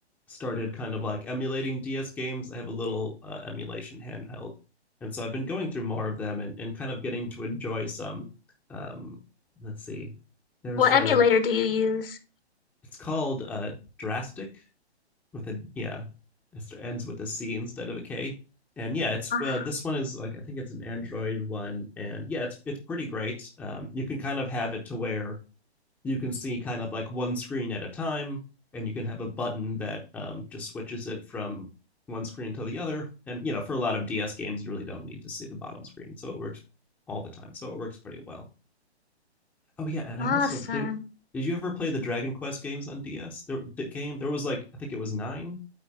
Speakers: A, in the centre; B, on the left (about 55°).
A: started kind of like emulating DS games. I have a little uh, emulation handheld, and so I've been going through more of them and, and kind of getting to enjoy some. Um, let's see, there's
B: What
A: a
B: emulator do you use?
A: it's called uh, Drastic with a yeah, it ends with a C instead of a K, and yeah, it's
B: Ah,
A: uh, this one is like I think it's an Android one, and yeah, it's it's pretty great. Um, you can kind of have it to where you can see kind of like one screen at a time, and you can have a button that um, just switches it from one screen to the other. And you know, for a lot of DS games, you really don't need to see the bottom screen, so it works all the time. So it works pretty well. Oh yeah, and
B: Awesome.
A: I also did. Did you ever play the Dragon Quest games on DS? There, the the game there was like I think it was nine